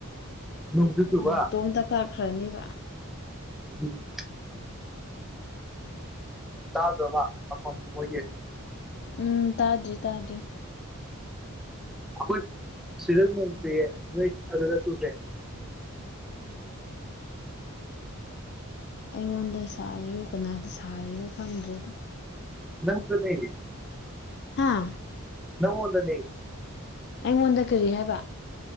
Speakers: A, in the centre; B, on the left.
A: ꯅꯣꯡꯁꯨ ꯆꯨꯕ
B: ꯎꯝ ꯃꯇꯣꯝꯇ ꯀꯛꯈ꯭ꯔꯅꯤꯕ
A: ꯎꯝ ꯇꯥꯗꯕꯔ ꯃꯈꯣꯜ ꯃꯣꯏꯒꯤ
B: ꯎꯝ ꯇꯥꯗ꯭ꯔꯤ ꯇꯥꯗ꯭ꯔꯤ
A: ꯑꯩꯈꯣꯏ ꯁꯤꯗ ꯅꯣꯡ ꯆꯨꯏꯌꯦ ꯅꯣꯏ ꯑꯗꯨꯗ ꯆꯨꯗꯦ
B: ꯑꯩꯉꯣꯟꯗ ꯁꯥꯔꯤꯔꯣ ꯀꯅꯥꯗ ꯁꯥꯔꯤꯔꯣ ꯈꯪꯗ꯭ꯔꯦꯗ
A: ꯅꯪꯖꯨꯅꯦ
B: ꯍꯥꯥ
A: ꯅꯪꯉꯣꯟꯗꯅꯦ
B: ꯑꯩꯉꯣꯟꯗ ꯀꯔꯤ ꯍꯥꯏꯕ